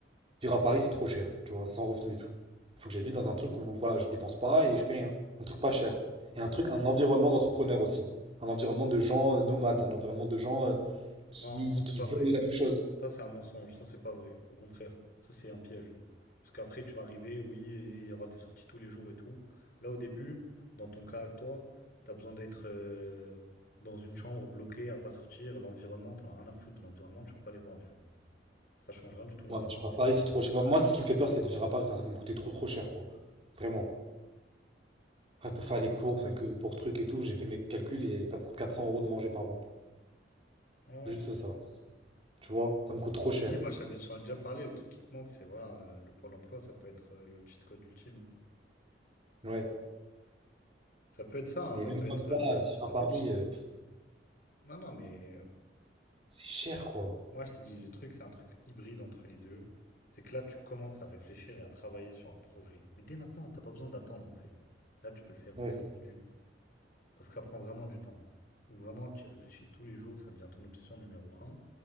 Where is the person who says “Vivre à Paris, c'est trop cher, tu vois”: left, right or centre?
Right